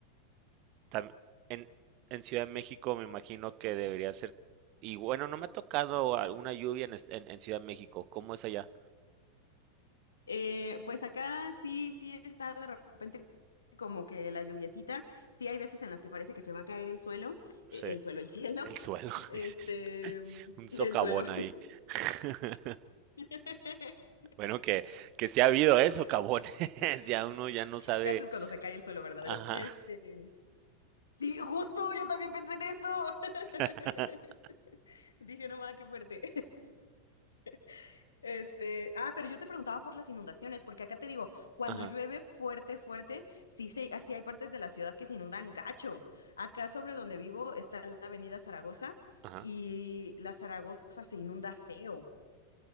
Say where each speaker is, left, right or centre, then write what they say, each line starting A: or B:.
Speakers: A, on the right; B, on the left.
A: Tam- en, en Ciudad de México me imagino que debería ser, y bueno, no me ha tocado alguna lluvia en, est- en- en Ciudad de México. ¿Cómo es allá?
B: Eh, pues acá sí, sí está de repente como que la lluviecita. Sí hay veces en las que parece que se va a caer el suelo,
A: Sí,
B: eh, el suelo, el cielo,
A: el suelo,
B: <laughs>
A: <laughs>
B: este,
A: dices, un socavón
B: del suelo.
A: ahí. <laughs>
B: <laughs>
A: Bueno, que, que sí ha habido eso, socavones, <laughs> ya uno ya no sabe,
B: ¿Qué haces cuando se cae el suelo, verdad?
A: ajá,
B: Este. Sí, justo, yo también pensé en eso. <laughs>
A: <laughs>
B: Dije, no mames, qué fuerte. <laughs> Este, ah, pero yo te preguntaba por las inundaciones, porque acá te digo, cuando
A: ajá,
B: llueve fuerte, fuerte, sí, se, así hay partes de la ciudad que se inundan gacho. Acá sobre donde vivo está la avenida Zaragoza
A: ajá,
B: y la Zaragoza se inunda feo.